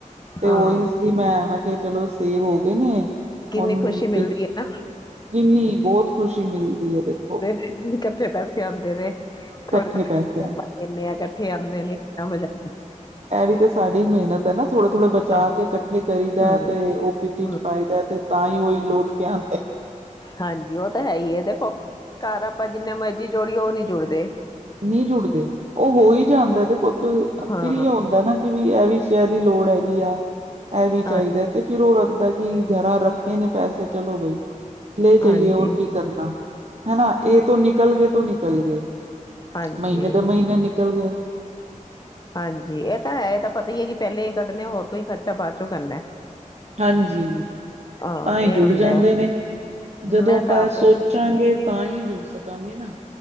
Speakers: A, on the right (about 55°); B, on the left (about 30°).
A: ਤੇ
B: ਹਾਂ
A: ਓਈ ਸੀ, ਮੈਂ ਮੈਂ ਕਿਆ ਚਲੋ ਸੇਵ ਹੋ ਗਏ ਨੇ,
B: ਕਿੰਨੀ
A: ਹੁਣ
B: ਖੁਸ਼ੀ ਮਿਲਦੀ
A: ਵੀ
B: ਹੈ ਨਾ
A: ਕਿੰਨੀ ਬੋਤ ਖੁਸ਼ੀ ਮਿਲਦੀ ਐ ਦੇਖੋ।
B: ਊਂ, ਕੱਠੇ ਪੈਸੇ ਆਂਦੇ ਨੇ।
A: ਇਕੱਠੇ
B: ਥੋੜੇ- ਥੋੜੇ <unintelligible>
A: ਪੈਸਿਆਂ ਨਾਲ
B: ਪਾ ਦੀਨੇ ਆ ਕੱਠੇ ਆਂਦੇ ਨੀ ਆ ਮਜਾ
A: ਐ ਵੀ ਤੇ ਸਾਡੀ ਮੇਨਤ ਤੇ ਨਾ ਥੋੜਾ-ਥੋੜਾ ਬਚਾ
B: ਆਉਂਦਾ
A: ਕੇ ਕੱਠੇ ਕਰੀ ਦਾ
B: ਹਮ
A: ਤੇ ਓ ਕਿੱਟੀ ਚ
B: ਹਮ
A: ਪਾਈਦਾ ਤੇ ਤਾਂ ਈ ਓ ਈ ਲੋਟ ਕੇ ਆਂਦਾ
B: ਹਾਂਜੀ, ਓ ਤਾਂ ਹੈ ਈ ਐ ਦੇਖੋ, ਘਰ ਆਪਾਂ ਜਿੰਨੇ ਮਰਜ਼ੀ ਜੋੜੀਏ ਓ ਨੀ ਜੁੜਦੇ।
A: ਨੀਂ ਜੁੜਦੇ, ਓ ਹੋ ਈ ਜਾਂਦਾ ਏ ਦੇਖੋ, <unintelligible>
B: ਹਾਂ
A: ਹੁੰਦਾ ਨਾ ਕਿ ਵੀ ਇਹ ਵੀ ਸ਼ਹਿ ਦੀ ਲੋੜ ਹੈਗੀ ਆ। ਇਹ ਵੀ
B: ਹਾਂਜੀ
A: ਚਾਹੀਦਾ ਤੇ, ਜਰੂਰਤ ਤਾਂ ਕਿ, ਘਰਾਂ ਰੱਖੇ ਨੇ ਪੈਸੇ ਚਲੋ ਬਾਈ। ਲੈ ਜਾਈਏ
B: ਹਾਂਜੀ
A: ਔਰ ਕੀ ਕਰਨਾ ਹਨਾ ਇਹ ਤੋਂ ਨਿਕਲ ਗਏ ਤੋਂ ਨਿਕਲ ਗਏ।
B: ਹਾਂਜੀ
A: ਮਹੀਨੇ ਦੇ ਮਹੀਨੇ ਨਿਕਲ ਗਏ।
B: ਹਾਂਜੀ ਇਹ ਤਾਂ ਹੈ, ਇਹ ਤਾਂ ਪਤਾ ਹੀ ਹੈ ਕਿ ਪੈਲੇ ਇਹ ਕੱਢਣੇ ਹੋਰ ਕੋਈ ਖਰਚਾ ਬਾਦ ਚੋਂ ਕਰਨਾ।
A: ਹਾਂਜੀ,
B: ਹਾਂ
A: ਤਾਂ ਹੀ
B: ਇਹ
A: ਜੁੜ
B: ਹੁੰਦਾ
A: ਜਾਂਦੇ
B: ਹੈ
A: ਨੇ ਜਦੋਂ
B: ਮੈਂ
A: ਆਪਾਂ
B: ਤਾਂ ਆਪ
A: ਇਹ ਸੋਚ। ਸੋਚਾਂਗੇ ਤਾਂ ਹੀ ਜੁੜ ਸਕਾਂਗੇ ਨਾ।